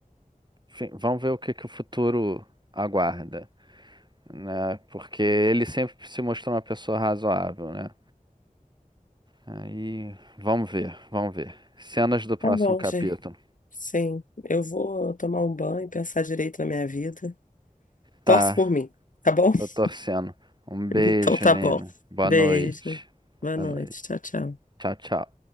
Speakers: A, on the right; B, on the left.
A: enfim, vamos ver o que que o futuro aguarda, né? Porque ele sempre se mostrou uma pessoa razoável, né? Aí, vamos ver, vamos ver. Cenas do próximo
B: Tá bom,
A: capítulo.
B: gente. Sim, eu vou tomar um banho e pensar direito na minha vida. Torce
A: Tá,
B: por mim, tá bom? <laughs>
A: tô torcendo. Um beijo,
B: Então tá
A: Nina.
B: bom.
A: Boa
B: Beijo.
A: noite.
B: Boa
A: Boa
B: noite.
A: noite.
B: Tchau, tchau.
A: Tchau, tchau.